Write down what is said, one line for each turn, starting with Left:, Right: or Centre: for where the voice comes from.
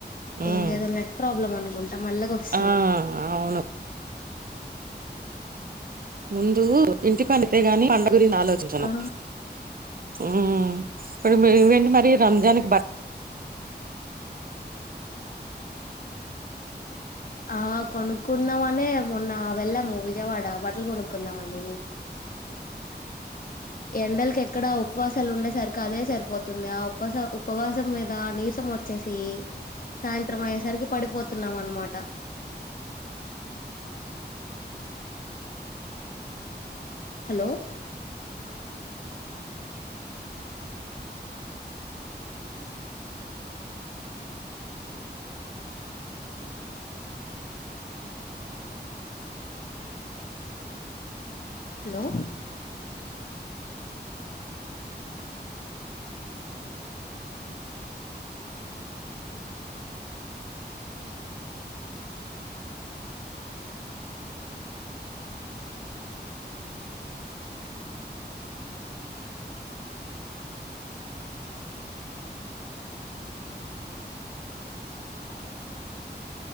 Right: ఉమ్
Left: ఇదేదో నెట్ ప్రాబ్లం అనుకుంటా మె ళ్ళగొస్తుంది
Right: ఆ
Left: <inaudible>
Right: అవును ముందు ఇంటి పనితే గాని పండుగురినిచి ఆలోచించను
Left: ఆ
Right: ఊమ్ ఇప్పుడు మీరేంటి మరి రంజాన్కి బక్
Left: ఆ కొనుక్కున్నమనే మొన్న వెళ్ళాము విజయవాడ బట్టలు గొనుక్కుందామని ఎండలకి ఎక్కడ ఉపవాసాలు ఉండే సరికి అదే సరిపోతుంది ఆ ఉపస ఉపవాసం మీద నీర్స్ మొచ్చేసి సాయంత్రం అయ్యేసరికి పడిపోతున్నాం అనమాట <inaudible> హలో హలో <unintelligible>